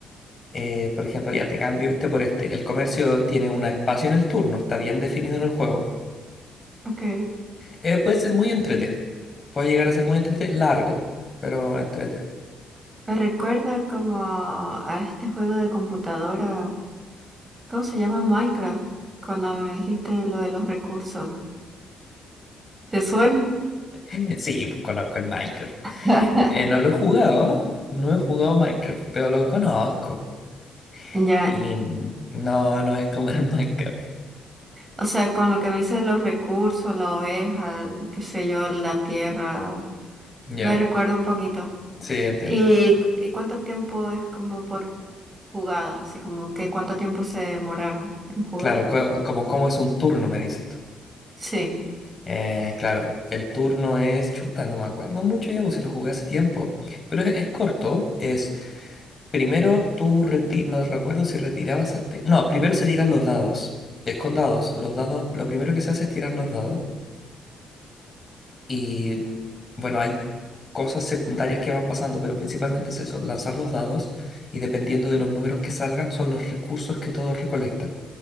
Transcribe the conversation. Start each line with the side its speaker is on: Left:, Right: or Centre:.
Left: eh, por ejemplo, ya te cambio este por este, el comercio tiene un espacio en el turno, está bien definido en el juego.
Right: Ok.
Left: Eh, puede ser muy entrete. Puede llegar a ser muy entrete, largo, pero entrete.
Right: Me recuerda como a, a este juego de computadora. ¿Cómo se llama? Minecraft. Cuando me dijiste lo de los recursos. ¿Te suena?
Left: <laughs> Sí, pues conozco el Minecraft.
Right: <laughs>
Left: Eh, no lo he jugado, no he jugado Minecraft, pero lo conozco. po.
Right: Ya.
Left: Y mm, no, no es como el <laughs> Minecraft.
Right: O sea, con lo que me dices de los recursos, la oveja, el, qué sé yo, la tierra.
Left: Ya,
Right: Me recuerda un poquito.
Left: sí, entiendo.
Right: ¿Y, y cuánto tiempo es como por jugada, así como que cuánto tiempo se demoraron en jugar.
Left: Claro, co- como, como es un turno, me dices tú.
Right: Sí,
Left: Eh, claro, el turno es chuta, no me acuerdo mucho ya, pues si lo jugué hace tiempo. Pero es, es corto, es Primero tú reti- no recuerdo si retirabas al ti- No, primero se tiran los dados. Es con dados. Los dados, lo primero que se hace es tirar los dados. Y bueno, hay cosas secundarias que van pasando, pero principalmente es eso, lanzar los dados y dependiendo de los números que salgan son los recursos que todos recolectan.